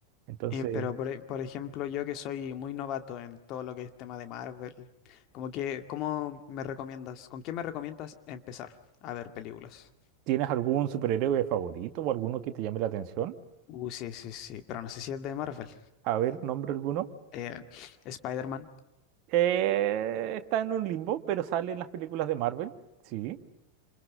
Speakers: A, on the right; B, on the left.
A: Entonces,
B: Eh, pero, por, e- por ejemplo, yo que soy muy novato en todo lo que es tema de Marvel, como que, ¿cómo me recomiendas? ¿Con qué me recomiendas empezar a ver películas?
A: ¿tienes algún superhéroe favorito o alguno que te llame la atención?
B: Uh, sí, sí, sí, pero no sé si es de Marvel.
A: A ver, nombre alguno.
B: Eh, Spider-Man,
A: Eh, está en un limbo, pero sale en las películas de Marvel. Sí.